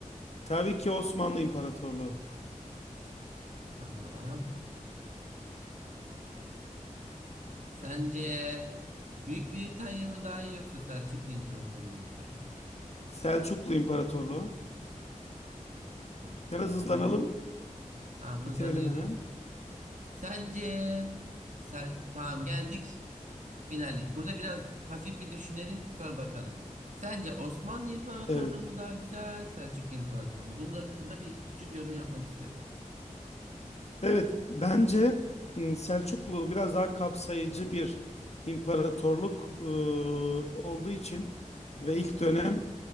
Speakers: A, on the left; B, on the right.
A: Tabii ki Osmanlı İmparatorluğu.
B: Tamam. Sence Büyük Britanya mı daha iyi yoksa Selçuklu İmparatorluğu mu daha iyi?
A: Selçuklu İmparatorluğu.
B: Çok güzel.
A: Biraz hızlanalım,
B: Tamam hızlanıyoruz.
A: bitirelim hemen.
B: Sence sen tamam geldik finale. Burada biraz hafif bir düşünelim sonra bakalım. Sence Osmanlı İmparatorluğu
A: Evet.
B: mu daha güzel, Selçuklu İmparatorluğu mu? Bunda, bunda bir küçük yorum yapmanı istiyorum.
A: Evet, bence m, Selçuklu biraz daha kapsayıcı bir imparatorluk e, olduğu için ve ilk dönem